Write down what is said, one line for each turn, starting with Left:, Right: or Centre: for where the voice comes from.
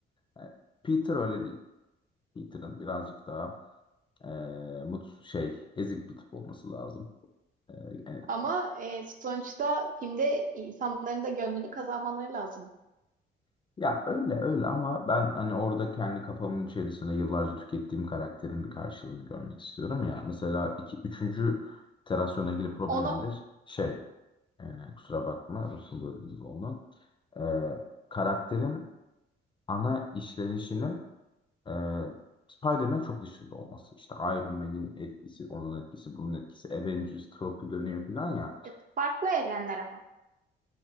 Left: yani Peter öyle değil. Peter'ın birazcık daha eee mutsuz şey ezik bir tip olması lazım. Eee yani,
Right: Ama e, sonuçta filmde insanların da gönlünü kazanmaları lazım.
Left: Ya öyle öyle ama ben hani orada kendi kafamın içerisinde yıllarca tükettiğim karakterin bir karşılığını görmek istiyorum ya. Mesela iki, üçüncü iterasyona ilgili problemim
Right: Ona
Left: de şey, e, kusura bakma lafını böldüğüm gibi oldu. E, karakterin ana işlenişinin e, Spider-Man çok dışında olması. İşte Iron Man'in etkisi, onun etkisi, bunun etkisi, Avengers tropu dönüyor falan ya.
Right: e, farklı evrenler ama.